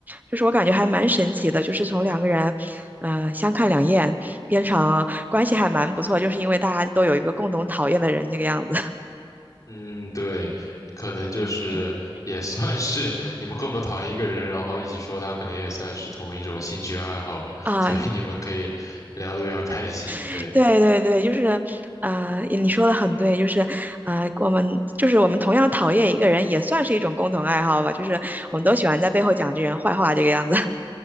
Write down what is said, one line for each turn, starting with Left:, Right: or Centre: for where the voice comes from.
Right: 就是我感觉还蛮神奇的，就是从两个人呃相看两厌变成关系还蛮不错，就是因为大家都有一个共同讨厌的人这个样子。
Left: 嗯，对，可能就是也算是
Right: <laughs>
Left: <laughs> 你们共同讨厌一个人，然后一起说他，可能也算是同一种兴趣爱好吧，
Right: 啊，
Left: <laughs> 所以你们可以聊得比较开心。对，
Right: <laughs> 对对对，就是，呃，你说的很对，就是，呃，我们就是我们同样讨厌一个人，也算是一种共同爱好吧，就是我们都喜欢在背后讲这人坏话这个样子。